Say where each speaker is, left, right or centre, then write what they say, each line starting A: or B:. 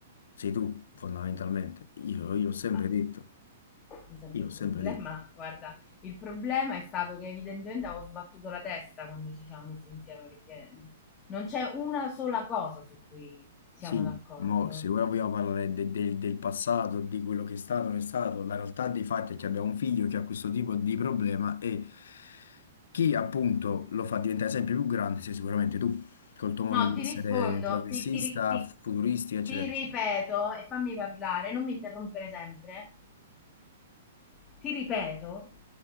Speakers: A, on the left; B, on the left.
A: sei tu, fondamentalmente. Io, io ho sempre
B: Ma
A: detto,
B: mi sente
A: io
B: il
A: ho sempre
B: problema,
A: detto.
B: guarda, il problema è stato che evidentemente avevo sbattuto la testa quando ci siamo messi insieme, perché non c'è una sola cosa su cui siamo
A: Sì,
B: d'accordo.
A: mo, se ora vogliamo parlare de- del del passato, di quello che è stato, non è stato, la realtà dei fatti è che abbiamo un figlio che ha questo tipo di problema e chi appunto lo fa diventare sempre più grande sei sicuramente tu, col tuo modo
B: No,
A: di
B: ti
A: essere
B: rispondo,
A: progressista,
B: ti, ti ri- ti-
A: futuristi, eccetera,
B: ti
A: eccetera.
B: ripeto e fammi parlare, non mi interrompere sempre. Ti ripeto